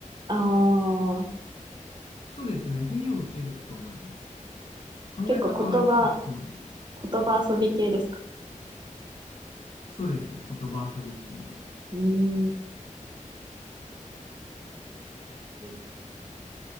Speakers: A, on the right (about 30°); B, on the left (about 45°).
A: あー、
B: そうですね。腑に落ちると思います。考え方はいいと思います。
A: 結構言葉、言葉遊び系ですか
B: そうですね。言葉遊び系です。
A: うーん。はい